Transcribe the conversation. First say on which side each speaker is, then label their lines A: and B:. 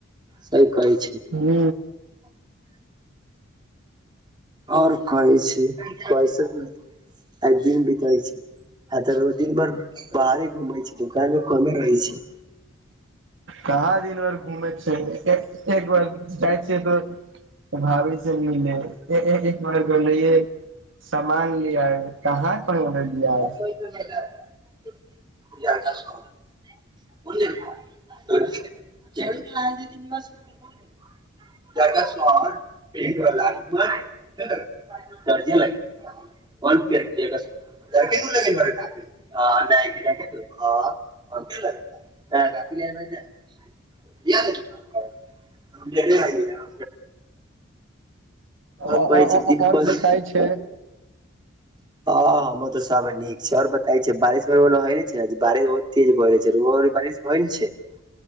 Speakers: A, on the right; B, on the right.
A: सही कहै छी
B: हू
A: आओर कहै छी कैसन आइ दिन बीतै छै ह त दिन भर बाहरे घूमे छै दुकान मे कमे रहे छै
B: कहा दिन भर घूमै छै एक बार जाइ छियै तऽ त भाभी से मिले एक बेर गेल रहियै सामान ले आय कहाँ कह ओने लिय आज
A: <unintelligible> <unintelligible> <unintelligible> <unintelligible> <unintelligible> <unintelligible> <unintelligible> <unintelligible>
B: आओर
A: कहै छी दिन कह
B: बताय छै
A: <unintelligible> <unintelligible>